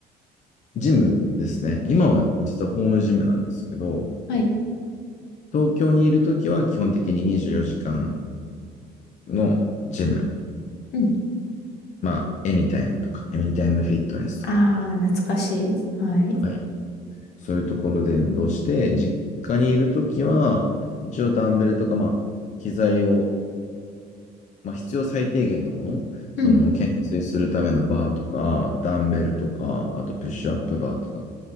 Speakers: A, on the left (about 45°); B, on the left (about 75°).
A: ジムですね。今は実はホームジムなんですけど、
B: はい。
A: 東京にいるときは基本的に24時間のジム、
B: うん。
A: まあ、エニタイムとか、エニタイムフィットネスとか、
B: ああ、懐かしい。はい。
A: はい。そういうところで運動して、実家にいるときは、一応ダンベルとか、まあ、機材をまあ、必要最低限のもの、その懸垂するためのバーとか、
B: うん。
A: ダンベルとか、あとプッシュアップバーとか、